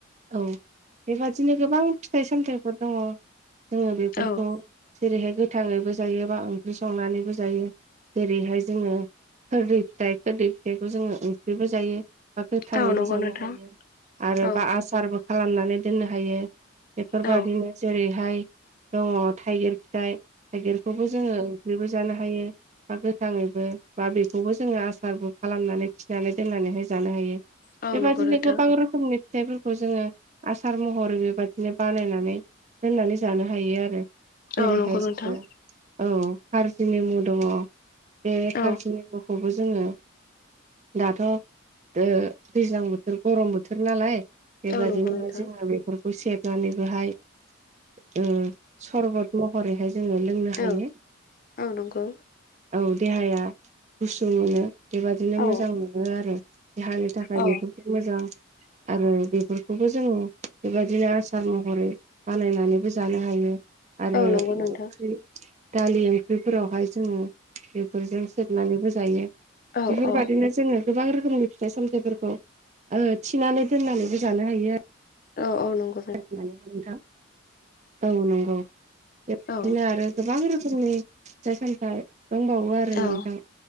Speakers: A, on the right; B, on the left.
A: औ बेबादिनो गोबां फिथाइ सामथाइफोर दङ जोंङो बेफोरखौ
B: औ
A: जेरैहाय गोथांङैबो जायो बा ओंख्रि संनानैबो जायो जेरैहाय जोंङो खोरदै फिथाइ खोरदै फिथाइखौ जोंङो ओंख्रिबो जायो बा थाङैबो
B: औ नंगौ
A: जानो
B: नोंथां
A: हायो आरो
B: औ
A: बा सारबो खालामनानै दोननो हायो बेफोरबायदिनो
B: औ
A: जेरैहाय दंङो थाइगिर फिथाइ थाइगिरखौबो जोंङो ओंख्रिबो जानो हायो बा गोथाङैबो बा बेखौबो जोङो आसारबो खालामनानै थिनानै दोननानैहाय जानो हायो।
B: औ
A: बेबायदिनो
B: नंगौ नोंथां
A: गोबां रोखोमनि फिथाइफोरखौ जोङो आसार महरै बेबायदिनो बानायनानै दोननानै जानो हायो आरो। जेरैहाय
B: औ नंगौ नोंथां
A: जोङो औ कारजि नेमु दङ। बे कारजि
B: औ
A: नेमु खौबो जोङो दाथ' ओ दैज्लां बोथोर गरम बोथोर नालाय बेबादिनोहाय
B: औ नंगौ नोंथां
A: जोङो बेफोरखौ सेबनानैबोहाय उम सरबतल' हरैहाय जोङो लोंनो हायो।
B: औ औ नंगौ
A: औ देहाया गुसु मोनो बेबादिनो
B: औ
A: मोजां मोनो आरो देहानि था खाय
B: औ
A: बेफोरखो मोजां आरो बेफोरखौबो जोङो बेबायदिनो आसार महरै बानायनानैबो जानो हायो आरो
B: औ नंगौ नोंथां
A: ओंख्रि दालि ओंख्रिफोरावहाय जोङो बेफोरजों सेबनानैबो जायो
B: औ
A: बेफोर
B: औ
A: बादिनो जोङो गोबां रोखोमनि फिथाइ सामथायाइफोरखौ ओ थिनानै दोननानैबो जानो हायो आ
B: औ औ नं‌
A: <inaudible> नोंथां औ नंगौ बेदिनो
B: औ
A: आरो गोबां रोखोमनि फिथाइ सामथाय दंबावो आरो नोंथां
B: औ